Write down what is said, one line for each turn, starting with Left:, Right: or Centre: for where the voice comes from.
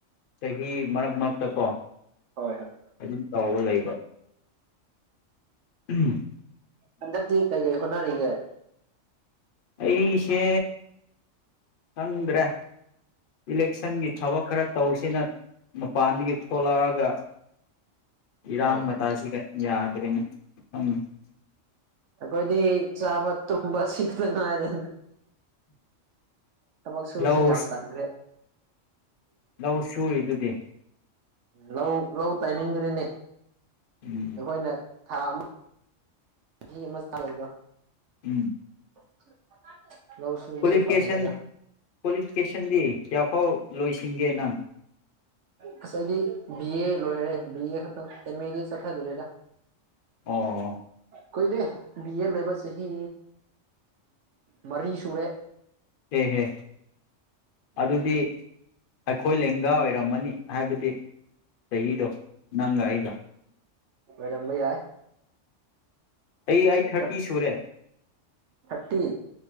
Left: ꯆꯍꯤ ꯃꯔꯛ ꯃꯔꯛꯇ ꯀꯣ
Right: ꯍꯣꯏ ꯍꯣꯏ
Left: ꯑꯗꯨꯝ ꯇꯧꯕ ꯂꯩ <unintelligible>
Right: ꯍꯗꯥꯛꯇꯤ ꯀꯩ ꯀꯩ ꯍꯣꯅꯔꯒꯦ
Left: ꯑꯩꯁꯦ ꯈꯟꯗ꯭ꯔꯦ ꯏꯂꯦꯛꯁꯟꯒꯤ ꯊꯕꯛ ꯈꯔ ꯇꯧꯁꯤꯅ ꯃꯄꯥꯟꯗꯒꯤ ꯊꯣꯛꯂꯛꯑꯒ ꯏꯔꯥꯡ
Right: ꯑꯣ
Left: ꯃꯇꯥꯁꯤꯒ ꯌꯥꯗ꯭ꯔꯦꯅꯦ ꯎꯝ
Right: ꯑꯩꯈꯣꯏꯗꯤ ꯆꯥꯕ ꯇꯨꯝꯕ ꯁꯤ ꯉꯥꯔꯦ ꯊꯕꯛꯁꯨꯁ
Left: ꯂꯧ
Right: ꯌꯥꯝ ꯇꯥꯡꯈ꯭ꯔꯦ
Left: ꯂꯧ ꯁꯨꯏꯗꯨꯗꯤ
Right: ꯂꯧ ꯂꯧ ꯇꯥꯏꯃꯤꯡꯗꯨꯅꯤꯅꯦ
Left: ꯎꯝ
Right: ꯑꯩꯈꯣꯏꯅ ꯊꯥ ꯑꯃ ꯆꯍꯤ ꯑꯃ ꯆꯥꯗ
Left: ꯎꯝ
Right: <unintelligible> ꯁꯨꯕꯁꯦ
Left: ꯀ꯭ꯋꯥꯂꯤꯐꯤꯀꯦꯁꯟ
Right: ꯐꯕꯅꯦꯗ
Left: ꯀ꯭ꯋꯥꯂꯤꯐꯤꯀꯦꯁꯟꯗꯤ ꯀꯌꯥꯐꯥꯎ ꯂꯣꯏꯁꯤꯟꯒꯦ ꯅꯪ
Right: ꯀꯁꯥꯏꯗꯤ ꯑ ꯂꯣꯏꯔꯦ ꯕꯤꯑ ꯈ <unintelligible> ꯑꯦ ꯃꯦ ꯗꯤ ꯆꯠꯊꯥꯗꯔꯦꯒ ꯑ
Left: ꯑꯣ
Right: ꯀꯨꯏꯔꯦ ꯕꯤ ꯑꯦ ꯂꯩꯕ ꯆꯍꯤ ꯃꯔꯤ ꯁꯨꯔꯦ
Left: ꯑꯦꯍꯦ ꯑꯗꯨꯗꯤ ꯑꯩꯈꯣꯏ ꯂꯦꯡꯒꯥ ꯑꯣꯏꯔ ꯔꯝꯃꯅꯤ ꯍꯥꯏꯕꯗꯤ ꯆꯍꯤꯗꯣ ꯅꯪꯒ ꯑꯩꯒ
Right: ꯂꯝꯕꯩ ꯌꯥꯏ
Left: ꯑꯩ ꯑꯩꯠ ꯊꯥꯔꯇꯤ
Right: ꯅꯪ
Left: ꯁꯨꯔꯦ
Right: ꯊꯥꯔꯇꯤ